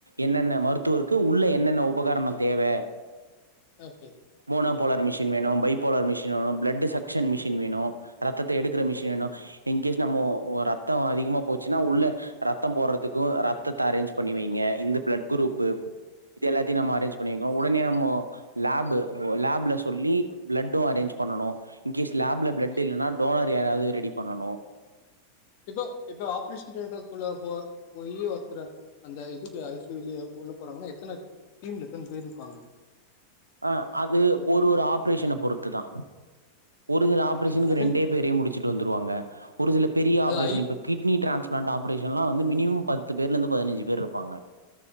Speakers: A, on the right (about 80°); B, on the left (about 45°).
A: என்னென்ன மருத்துவருக்கு உள்ள என்னென்ன உபகரணோ தேவ வே
B: ஓகே
A: மோனோ போலர் மிஷின் வேணு பை போலர் மிஷின் வேணு பிளட்டு சக்ஷன் மிஷின் வேணு ரத்தத்த எடுத்
B: ஓகே
A: யேனு இன்கேஸ் நம்மோ ஒ ரத்தோ அதிகமா போச்சுன்னா உள்ள ரத்தம் போடுறத்துக்கு ரத்தத்த அரேஞ்ச் பண்ணி வைங்க அ இந்த பிளட் குரூப்பு இது எல்லாத்தையு நம்ம அரேஞ்ச் பண்ணிருக்கோ உடனே நம்மோ லேப்பு லேப்ல சொல்லி பிளட்டு அரேஞ்ச் பண்ணனு இன்கேஸ் லேப்ல பிளட்
B: ஓகே
A: இல்லனா டோனர் யாராவது ரெடி பண்ணனு
B: இப்போ இப்ப ஆப்ரேஷன் தேட்டருக்குள்ள போ போய் ஒருத்தர அந்த இதுக்கு ஐ சி யுலே போய் உள்ள போறாங்கனா எத்தன டீம்ல எத்தன பேருப்பாங்க
A: அ அது ஒரு ஒரு ஆப்ரேஷன பொறுத்து தா ஒரு சில ஆப்ரேஷன்க்கு
B: ஓகே ஐ
A: ரெண்டே
B: மீன்
A: பேரே முடிச்சுட்டு வந்துருவாங்க ஒரு சில பெரிய ஆப்ரேஷன்
B: அது ஐ
A: இப்ப கிட்னி டிரான்ஸ் பிளான்ட் ஆப்ரேஷன்லா வந்து மினிமம் பத்து பேர்ல இருந்து பதினஞ்சு பேர்ருப்பாங்க